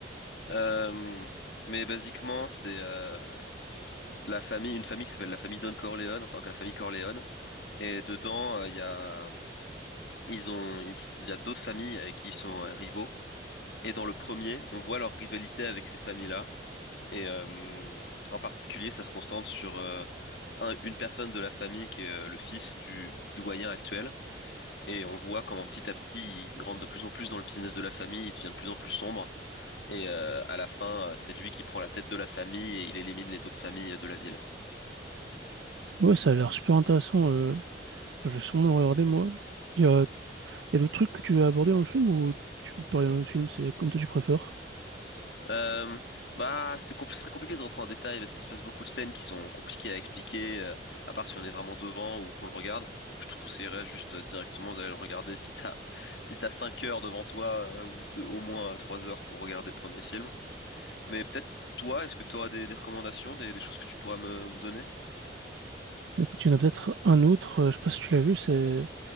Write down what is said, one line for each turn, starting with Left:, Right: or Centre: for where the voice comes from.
Left: Euh, mais basiquement, c'est euh, la famille, une famille qui s'appelle la famille Don Corleone, enfin que la famille Corleone. Et dedans, euh, il y a, ils ont, ils- il y a d'autres familles avec qui ils sont euh, rivaux. Et dans le premier, on voit leur rivalité avec ces familles-là. Et euh, en particulier, ça se concentre sur euh, un- une personne de la famille qui est euh, le fils du doyen actuel. Et on voit comment petit à petit, il rentre de plus en plus dans le business de la famille, il devient de plus en plus sombre. Et euh, à la fin, euh, c'est lui qui prend la tête de la famille et il élimine les autres familles de la ville.
Right: Ouais, ça a l'air super intéressant. euh, Je vais sûrement le regarder, moi. Il y a, il y a d'autres trucs que tu veux aborder dans le film ou tu peux te parler d'un autre film, c'est comme toi tu préfères.
Left: Euh, bah, c'est compl- ce serait compliqué de rentrer en détail parce qu'il se passe beaucoup de scènes qui sont compliquées à expliquer, euh, à part si on est vraiment devant ou qu'on le regarde. Donc, je te conseillerais juste euh, directement d'aller le regarder si t'as si t'as 5 heures devant toi euh, ou t- au moins euh, 3 heures pour regarder le premier film. Mais peut-être toi, est-ce que tu auras des, des recommandations, des, des choses que tu pourras me me donner?
Right: Écoute, il y en a peut-être un autre, euh, je sais pas si tu l'as vu, c'est